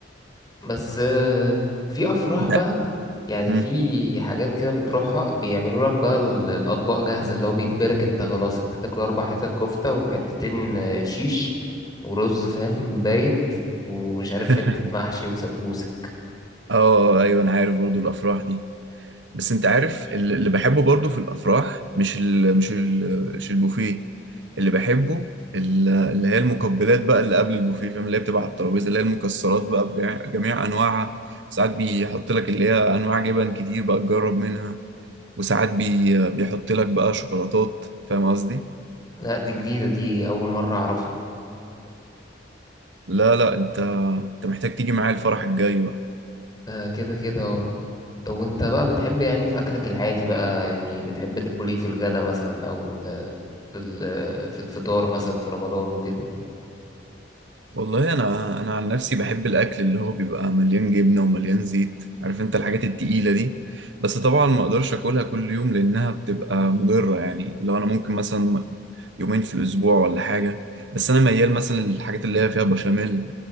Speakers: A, on the left; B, on the right.
A: بس آه، في افراح بقى
B: لا
A: يعني
B: مم.
A: في حاجات كده بتروحها بيعملوا لك بقى ال- الاطباق جاهزه اللي هو بيجبرك انت خلاص انت تاكل اربع حتت كفته وحتتين آه، شيش ورز فاهم <laughs> بايت ومش عارف
B: <laughs>
A: حته محشي وسمبوسه
B: اه ايوه انا عارف برضو الافراح دي بس انت عارف ال- اللي بحبه برضو في الافراح مش ال مش ال مش البوفيه اللي بحبه ال- اللي هي المقبلات بقى اللي قبل البوفيه فاهم اللي هي بتبقى على الترابيزه اللي هي المكسرات بقى بجميع جميع انواعها ساعات بيحط لك اللي هي انواع جبن كتير بقى تجرب منها وساعات بي بيحط لك بقى شوكولاتات فاهم قصدي
A: لا دي جديده دي اول مره اعرفها
B: لا لا انت انت محتاج تيجي معايا الفرح الجاي بقى
A: ده كده كده اه طب وانت بقى بتحب يعني في اكلك العادي بقى يعني بتحب تاكل ايه في الغدا مثلا او ال- في ال- في الفطار مثلا في رمضان وكده
B: والله انا انا عن نفسي بحب الاكل اللي هو بيبقى مليان جبنه ومليان زيت عارف انت الحاجات التقيله دي بس طبعا ما اقدرش اكلها كل يوم لانها بتبقى مضره يعني لو انا ممكن مثلا يومين في الاسبوع ولا حاجه بس انا ميال مثلا للحاجات اللي هي فيها بشاميل